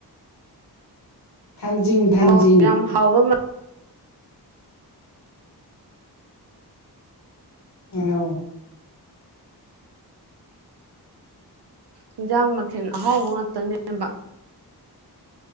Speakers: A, on the left (about 60°); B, on the right (about 75°).
A: ꯊꯥꯡꯖꯤꯡ ꯊꯥꯡꯖꯤꯡ
B: ꯑꯣ ꯌꯥꯝ ꯍꯥꯎꯕ ꯃ
A: <unintelligible>
B: ꯍꯤꯟꯖꯥꯡ ꯃꯊꯦꯟ ꯑꯍꯥꯎꯕ ꯉꯥꯛꯇꯅꯦꯕ